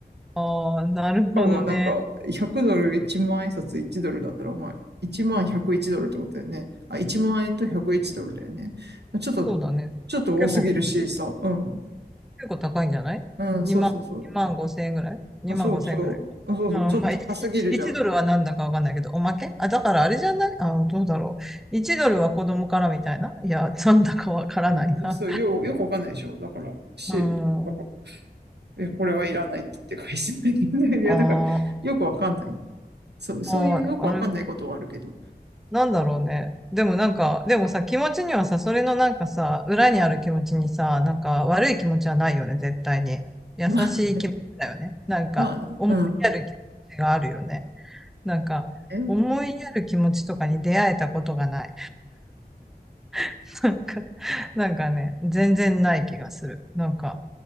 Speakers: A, in the centre; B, on the right (about 80°).
A: あー、なるほどね。
B: かもなんか、100ドル、1万円札1ドルだったら、まあ、1万101ドルってことだよね。あ、1万円と101ドルだよね。ちょっと、
A: そうだね。
B: ちょっと多すぎるしさ、
A: 結構、
B: うん。
A: 結構高いんじゃない
B: うん、
A: ?2
B: そうそうそう。
A: 万、2万5千円ぐらい ?2
B: あ、
A: 万5千円ぐらいか。
B: そうそう。あ、そうそう。ちょっと高すぎるじゃん。
A: うん、まあ、いい1、ドルはなんだかわかんないけど、おまけあ、だからあれじゃないあ、どうだろう。1ドルは子供からみたいないや、なんだかわからないな。
B: うん、そう、よう、よくわかんないでしょ。だから、し、
A: うん。
B: だか
A: あ
B: ら、いや、これはいらないって言って返してないけどね <laughs> いや、
A: あ、
B: だから、よくわかんない。そう、そういうよくわかんないことはあるけど。
A: ああ、あれ、なんだろうね。でもなんか、でもさ、気持ちにはさ、それのなんかさ、裏にある気持ちにさ、なんか悪い気持ちはないよね、絶対に。優しい気持ちだよね。
B: まあね、
A: なんか、
B: まあ
A: 思いやる気持ちがあるよね。なんか、
B: ね、
A: 思いやる気持ちとかに出会えたことがない。<laughs> なんか、なんかね、全然ない気がする。なんか、